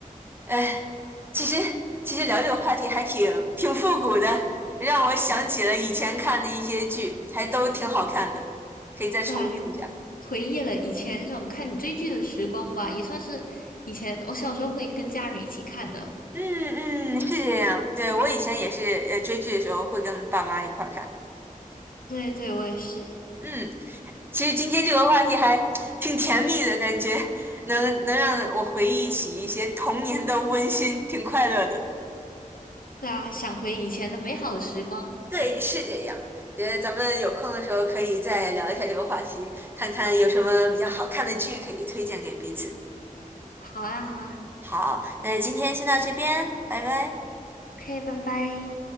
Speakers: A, on the right (about 15°); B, on the left (about 85°).
A: 哎，其实其实聊这个话题还挺挺复古的，让我想起了以前看的一些剧，还都挺好看的，可以再重温一下。
B: 对啊，就回忆了以前那种看你追剧的时光吧，也算是以前我小时候会跟家人一起看的。
A: 嗯嗯，是这样。对，我以前也是，呃，追剧的时候会跟爸妈一块儿看。
B: 对对，我也是。
A: 嗯，其实今天这个话题还 <tsk> 挺甜蜜的感觉，能能让我回忆起一些童年的温馨，挺快乐的。
B: 对啊，想回以前的美好时光。
A: 对，是这样。觉得咱们有空的时候可以再聊一下这个话题，看看有什么比较好看的剧可以推荐给彼此。
B: 好啊，好啊
A: 好，那今天先到这边，拜拜。
B: ，OK，拜拜。